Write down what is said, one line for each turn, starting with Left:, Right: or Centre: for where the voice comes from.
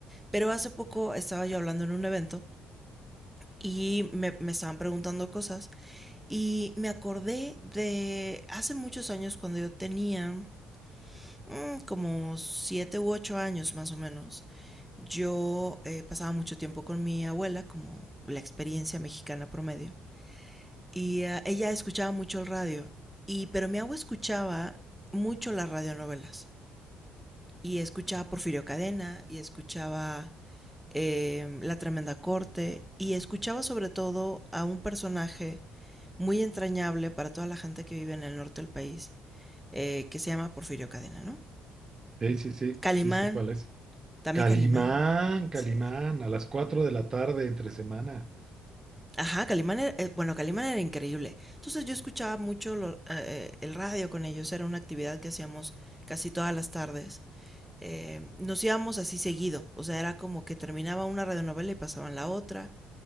Centre: Pero hace poco estaba yo hablando en un evento y me, me estaban preguntando cosas. Y me acordé de hace muchos años cuando yo tenía mm, como siete u ocho años más o menos. Yo eh, pasaba mucho tiempo con mi abuela, como la experiencia mexicana promedio. Y eh, ella escuchaba mucho el radio. Y, pero mi abuela escuchaba mucho las radionovelas. Y escuchaba Porfirio Cadena y escuchaba eh, La Tremenda Corte y escuchaba sobre todo a un personaje muy entrañable para toda la gente que vive en el norte del país, eh, que se llama Porfirio Cadena, ¿no?
Right: Sí, sí, sí,
Centre: Calimán,
Right: sí sé cuál es.
Centre: también
Right: Calimán,
Centre: Calimán.
Right: Calimán,
Centre: Sí.
Right: a las 4 de la tarde entre semana.
Centre: Ajá, Calimán era, eh, bueno, Calimán era increíble. Entonces yo escuchaba mucho lo- eh, el radio con ellos, era una actividad que hacíamos casi todas las tardes. Eh, nos íbamos así seguido, o sea, era como que terminaba una radionovela y pasaban la otra.